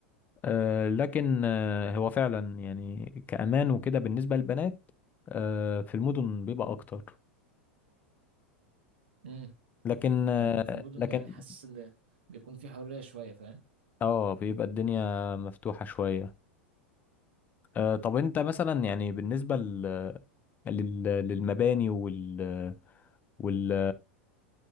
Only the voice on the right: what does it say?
مم.
يعني في المدن
يعني حاسس إن بيكون في حرية شوية فاهم